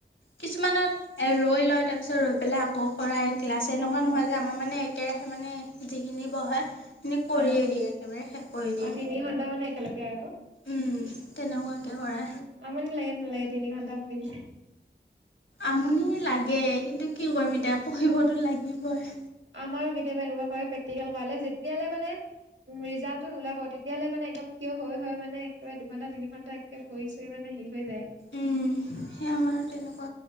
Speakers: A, on the left; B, on the right.
A: কিছুমানত ৰৈ লয় তাৰপিছত ৰৈ পেলাই- আকৌ কৰাই ক্লাছ এনেকুৱা
B: অ
A: নহয় যে আমাৰ মানে একেৰাহে মানে যিখিনি বহে- নি কৰিয়ে
B: অ
A: দিয়ে একেবাৰে শেষ কৰি
B: অ
A: দিয়ে।
B: তিনি ঘণ্টা মানে একেলগে আৰু।
A: উম' তেনেকুৱাকে কৰে।
B: উম, আমনি লাগে নে নালাগে তিনি ঘণ্টা পঢ়ি কেনে?
A: আমনি লাগে কিন্তু, কি কৰিম এতিয়া পঢ়িবতো লাগিবই।
B: আমাৰো কেতিয়াবা এনেকুৱা কৰে প্ৰেকটিকেল কৰালে যেতিয়ালে মানে ৰিজালট- টোত ওলাব তেতিয়ালে মানে একদম থিয় হৈ হৈ মানে একেবাৰে দুঘণ্টা তিনি ঘণ্টা একে ভৰি চৰি মানে হেৰি হৈ যায়।
A: উম' সেই আমাৰো তেনেকুৱা।